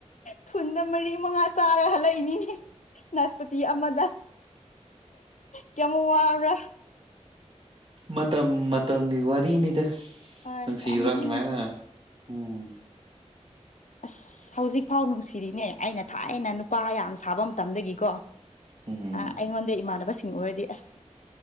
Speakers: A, on the left; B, on the right.
A: ꯊꯨꯟꯗ ꯃꯔꯤ ꯃꯉꯥ ꯆꯥꯔ ꯍꯜꯂꯛꯏꯅꯤꯅꯦ ꯅꯥꯁꯄꯇꯤ ꯑꯃꯗ ꯀꯌꯥꯃꯨꯛ ꯋꯥꯕ꯭ꯔꯥ
B: ꯃꯇꯝ ꯃꯇꯝꯒꯤ ꯋꯥꯔꯤꯅꯤꯗ
A: ꯍꯣꯏ
B: ꯅꯨꯡꯁꯤꯗ꯭ꯔꯣ
A: ꯌꯥꯝ ꯅꯨꯡꯗꯤ
B: ꯁꯨꯃꯥꯏꯅ
A: ꯅꯨꯡꯁꯤ
B: ꯎꯝ
A: ꯑꯁ ꯍꯧꯖꯤꯛꯐꯥꯎ ꯅꯨꯡꯁꯤꯔꯤꯅꯦ ꯑꯩꯅ ꯊꯥꯏꯅ ꯅꯨꯄꯥ ꯌꯥꯝ ꯁꯥꯕ ꯃꯇꯝꯗꯒꯤꯀꯣ ꯑꯥ
B: ꯎꯝ
A: ꯑꯩꯉꯣꯟꯗ ꯏꯃꯥꯟꯅꯕꯁꯤꯡ ꯑꯣꯏꯔꯗꯤ ꯑꯁ